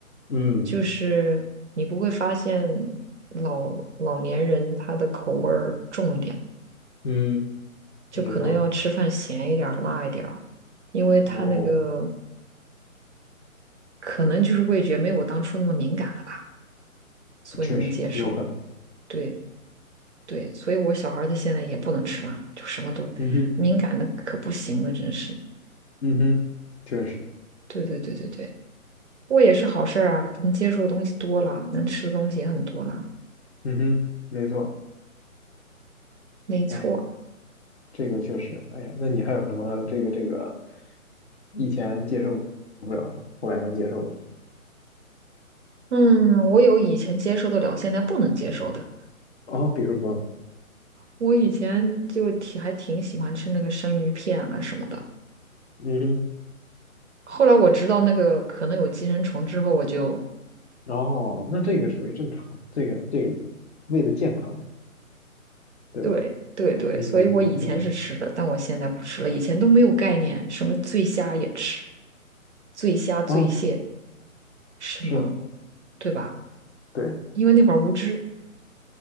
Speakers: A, on the left (about 50°); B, on the right (about 55°).
A: 嗯
B: 就是你不会发现老老年人他的口味儿重一点，
A: 嗯，
B: 就可能要吃饭咸一点儿、
A: 没错。
B: 辣一点儿，因为他那个
A: 哦，
B: 可能就是味觉没有我当初那么敏感了吧，所以能接受。
A: 确实有可能。
B: 对对，所以我小孩儿他现在也不能吃辣，就什么都敏感的可不行了，
A: 嗯哼
B: 真是。
A: 嗯哼，确实。
B: 对对对对对，过也是好事儿啊，能接受的东西多了，能吃的东西也很多了，
A: 嗯哼，没错。
B: 没错。
A: 哎，这个确实。哎呀，那你还有什么这个这个以前接受后来能接受的？
B: 嗯，我有以前接受得了，现在不能接受的。
A: 哦，比如说，
B: 我以前就挺还挺喜欢吃那个生鱼片啊什么的，
A: 嗯哼，
B: 后来我知道那个可能有寄生虫之后，我就
A: 然后，那这个属于正常，这个这个为了健康，对吧？
B: 对对对，
A: 嗯嗯嗯，
B: 所以我以前是吃的，但我现在不吃了。以前都没有概念，什么醉虾也吃，醉虾、醉蟹
A: 哦，
B: 什么，
A: 是，
B: 对吧？
A: 对，
B: 因为那会儿无知，